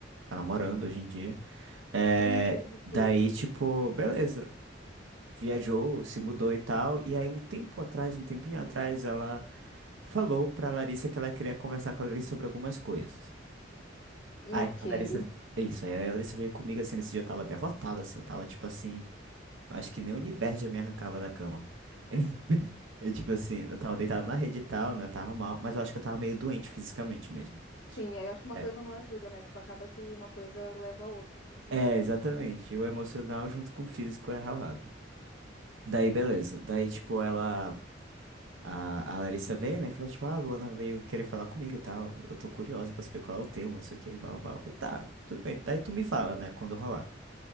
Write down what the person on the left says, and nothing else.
Eita, ok.
Ok.
Sim, aí eu acho que uma
coisa não ajuda, né? Tipo, acaba que uma coisa leva a outra nesses
dias.